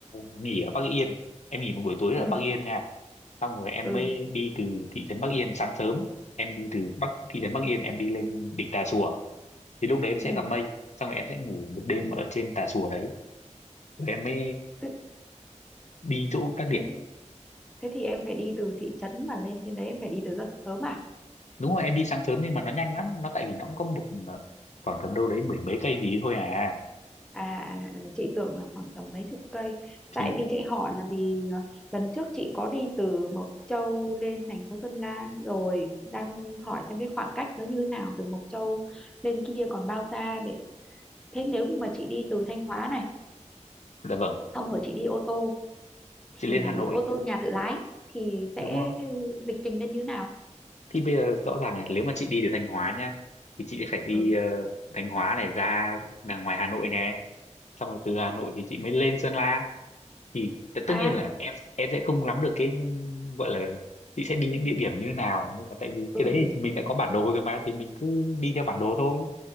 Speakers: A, on the left; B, in the centre.
A: nghỉ ở Bắc Yên em nghỉ một buổi tối
B: ừ
A: ở Bắc Yên nha xong rồi em
B: ừ
A: mới đi từ thị trấn Bắc Yên sáng sớm em đi từ Bắc thị trấn Bắc Yên em đi lên đỉnh Tà Xùa thì lúc đấy em sẽ
B: ừ,
A: gặp mây xong rồi em sẽ ngủ một đêm
B: ừ.
A: ở trên Tà Xùa đấy rồi em mới
B: Thế
A: đi chỗ các điểm
B: thế thì thế thì em phải đi từ thị trấn mà lên trên đấy em phải đi từ rất sớm à
A: đúng rồi em đi sáng sớm nhưng mà nó nhanh lắm nó tại vì nó cũng có một ờ, khoảng tầm đâu đấy mười mấy cây gì thôi à
B: à, à à, chị tưởng là khoảng tầm mấy chục cây
A: thì
B: tại vì chị hỏi là vì à, lần trước chị có đi từ Mộc Châu lên thành phố Sơn La rồi đang hỏi xem cái khoảng cách nó như thế nào từ Mộc Châu lên kia còn bao xa để thế nếu như mà chị đi từ Thanh Hóa này
A: Dạ vâng,
B: xong rồi chị đi ô tô thì
A: chị lên Hà Nội,
B: ô tô nhà tự lái thì sẽ
A: đúng rồi.
B: lịch trình lên như thế nào
A: Thì bây giờ rõ ràng là nếu mà chị đi từ Thanh Hóa nhá, thì chị phải đi
B: ừ
A: ờ, Thanh Hóa này ra đằng ngoài Hà Nội nè, xong rồi từ Hà Nội thì chị mới lên Sơn La. Thì t- tất
B: à
A: nhiên là em em sẽ không nắm được cái gọi là chị sẽ đi những địa điểm như thế nào, nhưng mà tại vì cái
B: ừ
A: đấy thì mình đã có bản đồ rồi mà thì mình cứ đi theo bản đồ thôi,